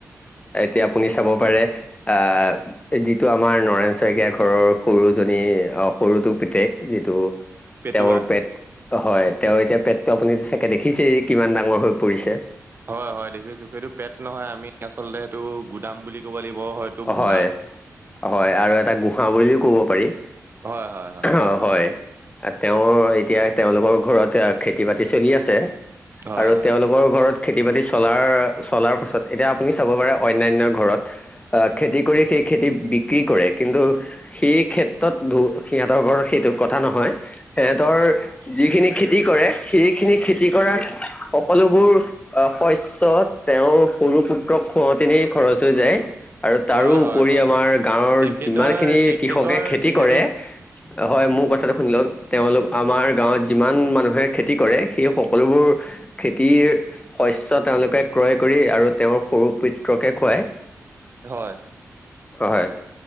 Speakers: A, on the left; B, on the right.
A: এতিয়া আপুনি চাব পাৰে আ যিটো আমাৰ নয়ন শইকীয়া ঘৰৰ সৰুজনি অ সৰুজ সেটো পিতেক যিটো
B: পেটুৱা।
A: তেওঁৰ পেট হয় তেওঁৰ এতিয়া পেটটো আপুনি চাগে দেখিছেই কিমান ডাঙৰ হৈ পৰিছে
B: হয় হয় দেখিছো সেইটো পেট নহয় আমি আচলতে সেইটো গুদাম বুলি ক'ব লাগিব হয়টো ভঁৰাল
A: হয়
B: <unintelligible>
A: হয় আৰু এটা গোঁসা বুলিও কব পাৰি
B: হয় হয় হয়
A: অ হয় তেওঁৰ এতিয়া তেওঁলোকৰ ঘৰতে খেতি বাতি চলি আছে
B: হয়
A: আৰু
B: হয়
A: তেওঁলোকৰ
B: হয়
A: ঘৰত খেতি বাতি চলাৰ চলাৰ পাছত এতিয়া আপুনি চাব পাৰে অন্যান্য ঘৰত অ খেতি কৰি শেষ খেতিত বিক্ৰী কৰে কিন্তু সেই ক্ষেত্ৰত বু সিহঁতৰ ঘৰত সেইটো কথা নহয় সিহঁতৰ যিখিনি খেতি কৰে সেইখিনিক খেতি কৰা সকলোবোৰ শস্য তেওঁৰ সৰু পুত্ৰক খোৱাওঁতেনে খৰচ হৈ যায় আৰু তাৰোপৰি
B: হয় হয় হয়
A: আমাৰ
B: হয়
A: গাঁৱৰ
B: তেখেতৰ
A: যিমানখিনি
B: তেখেতৰ
A: কৃষকে খেতি
B: যিহেতু
A: কৰে হয় মোৰ কথাটো শুনি লওক তেওঁলোক আমাৰ গাঁৱত যিমান মানুহে খেতি কৰে সেই সকলোবোৰ খেতিৰ শস্য তেওঁলোকে ক্ৰয় কৰি আৰু তেওঁৰ সৰু প্ৰিত্ৰকে খুৱায়
B: হয়
A: হয়